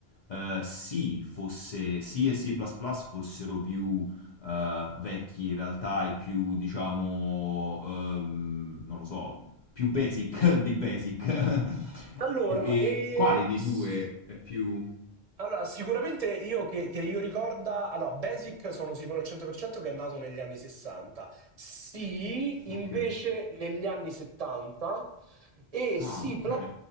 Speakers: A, on the left; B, on the right.
A: eh, C fosse, C e C++ fossero più eh, vecchi in realtà e più, diciamo, ehm, non lo so, più basic <laughs> di basic. <laughs>
B: Allora,
A: E, e
B: e
A: quale dei
B: s-
A: due è più...
B: Allora, sicuramente io che, che io ricorda, allora, Basic sono sicuro al 100% che è nato negli anni 60. Sì, invece
A: Ok.
B: negli anni 70 e
A: Ah,
B: C++
A: ok.